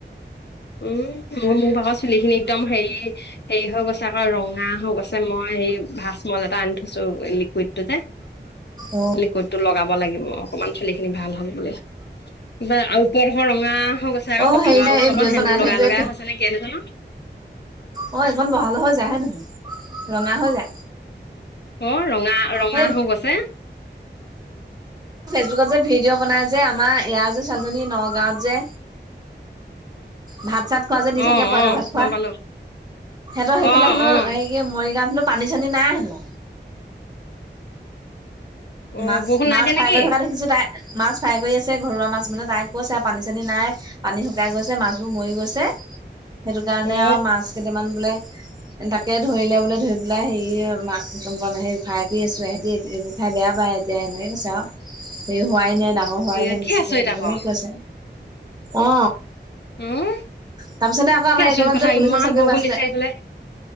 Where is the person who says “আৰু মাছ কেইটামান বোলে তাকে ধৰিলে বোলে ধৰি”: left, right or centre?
Right